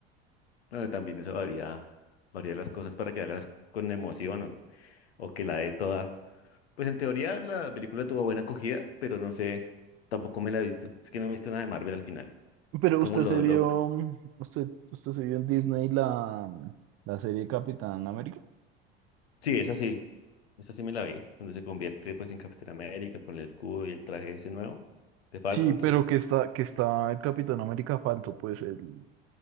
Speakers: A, on the left; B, on the right.
A: Bueno, también eso varía, varía las cosas para que hagas con emoción o, o que la dé toda. Pues en teoría la película tuvo buena acogida, pero no sé, tampoco me la he visto. Es que no me he visto nada de Marvel al final.
B: Pero
A: Es como
B: usted
A: lo,
B: se vio,
A: lo...
B: usted, usted se vio en Disney la, la serie Capitán América.
A: Sí, es así. Esta sí me la vi, donde se convierte pues en Capitán América con el escudo y el traje ese nuevo. De Falcon,
B: Sí, pero
A: sí.
B: que está, que está el Capitán América falso, pues el,